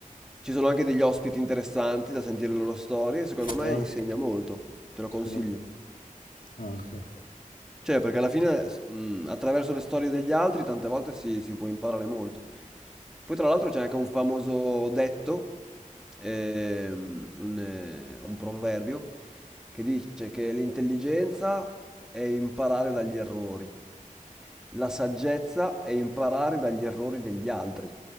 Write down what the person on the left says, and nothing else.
Ah,
sì. Ah, ok.